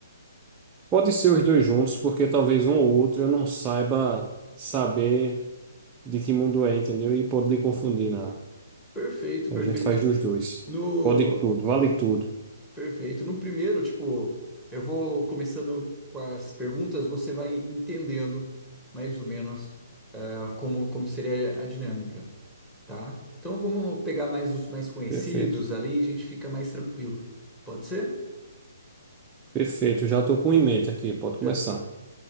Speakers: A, on the right (about 15°); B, in the centre.
A: Pode ser os dois juntos, porque talvez um ou outro eu não saiba saber. de que mundo é, entendeu? E pode lhe confundir nada.
B: Perfeito,
A: A
B: perfeito.
A: gente faz dos dois.
B: No.
A: Pode tudo, vale tudo.
B: Perfeito. No primeiro, tipo, eu vou começando com as perguntas, você vai entendendo mais ou menos ah, como, como seria a dinâmica. tá? Então vamos pegar mais os mais conhecidos
A: Perfeito.
B: ali, a gente fica mais tranquilo. Pode ser?
A: Perfeito. Já estou com em mente aqui, pode começar.
B: Já-